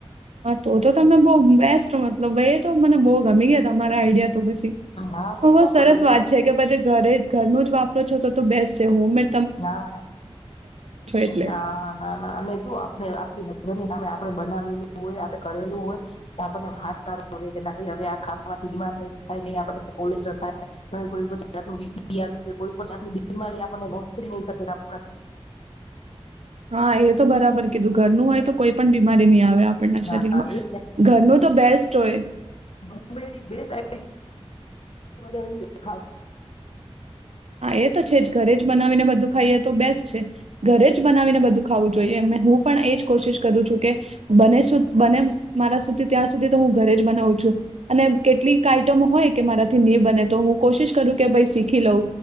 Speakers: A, on the right (about 80°); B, on the left (about 65°).
A: હા તો તો તમે બઉ બેસ્ટ મતલબ એ તો મને બઉ ગમી તમારા આઈડિયા તો પછી
B: હા
A: <unintelligible>
B: પણ શું
A: સરસ
B: કરે એટલે
A: વાત છે કે પછી ઘરે ઘરનું જ વાપરો છો તો તો બેસસે હોમ મેટ
B: ના
A: એટલે
B: ના હા હા અને શું આપડે આપડી જેની હામે આપડે બનાવેલું હોય. આપ કરેલું હોય તો આપડને આમ હાસકારો રે કે ના ભઈ હવે આ ખાવાથી બિમાર નઈ થાય. નઈ આપડે કોલેસ્ટર થાય. ના કોઈ જાતનું બીપી <unintelligible> આવી રીતે કોઈ પણ જાતની બીમારી આપડને ન ત્રિ નહિ શકેરા
A: હા એ તો બરાબર કીધું ઘરનું હોય તો કોઈ પણ બીમારી નઈ આવે આપણના
B: ના
A: શરીરમાં
B: એ
A: ઘરનું તો બેસ્ટ હોય
B: <unintelligible> ઘરે બધા એવુ દેખાવ <unintelligible>
A: હા એ તો છે જ ઘરે જ બનાવીને બધું ખાઈએ તો બેસ્ટ છે. ઘરે જ બનાવીને બધું ખાવું જોઈએ. હું પણ એજ કોશિશ કરું છું કે બને સુધ બને મારા સુધી ત્યાં સુધી તો હું ઘરે જ બનાવું છું. અને કેટલીક આઈટમ હોય કે મારાથી નઈ બને તો હું કોશિશ કરું કે ભાઈ શીખી લઉ